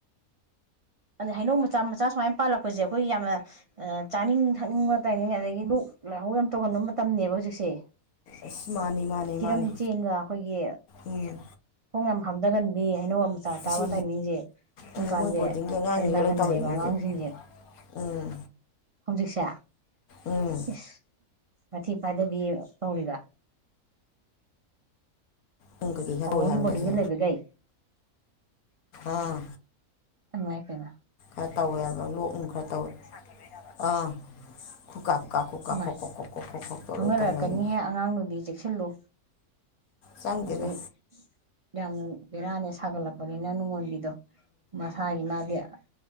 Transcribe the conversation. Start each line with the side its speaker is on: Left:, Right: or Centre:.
Right: ꯑꯗ ꯍꯩꯅꯧ ꯃꯆꯥ - ꯃꯆꯥ ꯁꯨꯃꯥꯏꯅ ꯄꯥꯜꯂꯛꯄꯁꯦ ꯑꯩꯈꯣꯏ ꯌꯥꯝꯅ ꯆꯥꯅꯤꯡ ꯊꯛꯅꯤꯡꯕ ꯇꯥꯏꯅꯤꯡ ꯑꯗꯒꯤ ꯂꯣꯛ ꯂꯥꯏꯍꯧ ꯌꯥꯝꯅ ꯇꯧꯍꯟꯕ ꯃ ꯇꯝꯅꯦꯕ ꯍꯧꯖꯤꯛꯁꯦ꯫
Left: ꯑꯁ ꯃꯥꯅꯤ ꯃꯥꯅꯤ
Right: ꯊꯤꯔꯝ
Left: ꯃꯥꯅꯤ
Right: ꯆꯦꯟꯒ ꯑꯩꯈꯣꯏꯒꯤ
Left: ꯎꯝ
Right: ꯈꯣꯡ ꯌꯥꯝ ꯍꯥꯝꯊꯒꯟꯕꯤ ꯍꯩꯅꯧ ꯃꯆꯥ ꯆꯥꯕ
Left: ꯑꯁꯤ
Right: ꯇꯥꯏꯃꯤꯡꯁꯦ ꯁꯨꯝ
Left: ꯎꯝ
Right: ꯀꯥꯟꯁꯦ
Left: ꯃꯣꯏ ꯕꯣꯔꯗꯤꯡꯒꯤ ꯑꯉꯥꯡꯁꯤꯡꯁꯦ
Right: ꯌꯥꯝ ꯅꯥꯒꯟꯕꯅꯦꯕ
Left: ꯂꯣꯏ ꯇꯧꯔꯤꯅꯤ
Right: ꯑꯥ
Left: ꯍꯧꯖꯤꯛ
Right: ꯉꯥꯡꯁꯤꯡꯖꯦ꯫
Left: ꯎꯝ
Right: ꯍꯧꯖꯤꯛꯁꯦ?
Left: ꯎꯝ
Right: ꯏꯁ! ꯃꯊꯤ ꯐꯥꯏꯗꯕꯤ ꯇꯧꯔꯤꯕ?
Left: ꯎꯝ ꯀꯩꯀꯩ ꯈꯔ
Right: ꯇꯃꯣꯒꯤ
Left: ꯇꯧꯋꯦ ꯍꯥꯏꯕꯅꯦ
Right: ꯕꯣꯔꯗꯤꯡꯗ
Left: ꯁꯦ
Right: ꯂꯩꯕꯒꯩ?
Left: ꯑꯥ꯫
Right: ꯏꯃꯥꯏ ꯄꯦꯝꯃꯥ!
Left: ꯑꯥ ꯇꯧꯋꯦꯕ ꯂꯣꯛꯅꯨꯡ ꯈꯔ ꯇꯧꯋꯦ ꯑꯥ ꯈꯨꯀꯥ ꯈꯨꯀꯥ ꯈꯨꯀꯥ
Right: ꯥꯏꯃꯥꯏ
Left: ꯈꯣꯛ ꯈꯣꯛ ꯈꯣꯛ ꯈꯣꯛ ꯈꯣꯛ ꯈꯣꯛ ꯇꯧ
Right: ꯂꯧꯅꯔꯛꯀꯅꯤꯍꯦ
Left: ꯂꯣꯏ ꯇꯧꯅꯩ
Right: ꯑꯉꯥꯡ ꯅꯨꯕꯤ ꯆꯦꯛꯁꯤꯜꯂꯨ
Left: ꯆꯪꯗꯦꯗ
Right: ꯍꯧꯖꯤꯛ ꯌꯥꯝꯅ ꯕꯦꯔꯥꯅꯦ ꯁꯥꯒꯠꯂꯛꯄꯅꯤꯅ ꯅꯨꯡꯉꯣꯟꯕꯤꯗꯣ ꯃꯁꯥꯒꯤ ꯃꯥꯗꯤ ꯈꯔ-